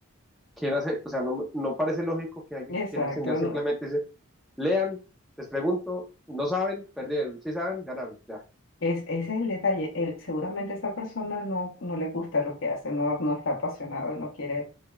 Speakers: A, in the centre; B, on the left (about 55°).
A: quiere hacer, o sea, no, no parece lógico que alguien
B: exacto.
A: quiera enseñar simplemente
B: no,
A: dice, lean, les pregunto, no saben, perdieron, si saben, ganaron, ya,
B: es, ese es el detalle. el- seguramente esa persona no, no le gusta lo que hace, no, no está apasionado, no quiere